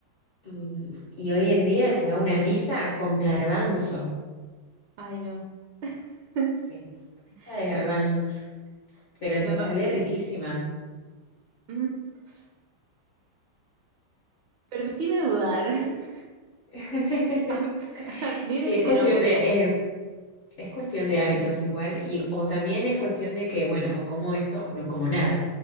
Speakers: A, on the left (about 65°); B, on the right (about 75°).
A: Y, y hoy en día te hago una pizza con garbanzo.
B: Ay, no. <laughs>
A: Sí, pizza de garbanzo,
B: Me,
A: pero
B: me pa-
A: sale riquísima.
B: mm, no sé. Permitime dudar. <laughs>
A: <laughs>
B: A, a mí
A: Sí,
B: me genera
A: es cuestión
B: un poco.
A: de, eh, Es cuestión de hábitos
B: Mm,
A: igual, y o también es cuestión de que, bueno, o como esto o no como nada,